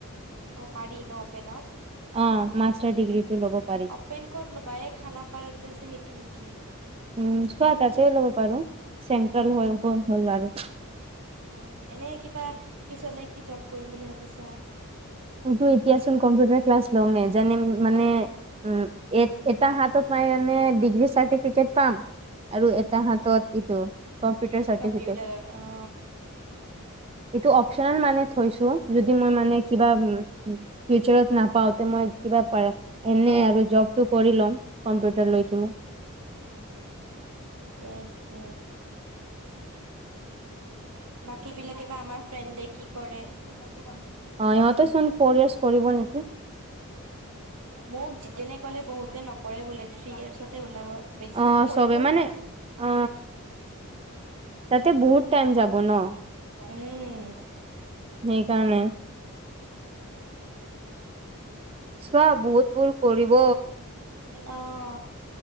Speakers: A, on the right; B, on the right.
A: অ', পাৰি ন' অপেনত?
B: অ', মাষ্টাৰ ডিগ্ৰী টো ল'ব পাৰি।
A: পেন ক'ত ল'বা, এই খানাপাৰাত যে আছে, সেইটো নেকি?
B: উম, চোৱা ততে ল'ব পাৰোঁ, চেন্ট্ৰেল হৈ গ'ল আৰু।
A: অ', এনে কিবা, পিছলে কি জব কৰিম বুলি ভাবিছা?
B: কিন্তু এতিয়া চোন কম্পিউটাৰ ক্লাছ ল'মে, যেনে, মানে উম, এ এটা হাতত মানে এনে ডিগ্ৰী চাৰ্টিফিকেট পাম। আৰু
A: উম
B: এটা হাতত এইটো, কম্পিউটাৰ চাৰ্টিফিকেট
A: কম্পউটাৰ অ'।
B: এইটো অপচনেল মানে থৈছোঁ, যদি মই মানে কিবি উম, ফিউচাৰত নাপাওঁতে মই কিবা পাৰা, এনে
A: অ
B: আৰু জব টো কৰি ল'ম, কম্পিউটাৰ লৈ কিনে।
A: ঠিকে আছে। বাকী বিলাকে বা আমাৰ ফ্ৰিয়েন্দে কি কৰে।
B: অ', সিহঁতে চোন ফ'ৰ ইয়াৰ্চ কৰিব নেকি।
A: মোক যিতেনে ক'লে বহুতে নকৰে বোলে থ্ৰী ইয়াৰ্চতে ওলাব। বেছিভাগে
B: অ
A: কৰিবও।
B: চবে মানে অ তাতে বহুত টাইম যাব ন
A: <unintelligible> উম।
B: সেইকাৰণে।
A: উ <unintelligible>
B: চোৱা, বহুত ভুল কৰিব।
A: অ'।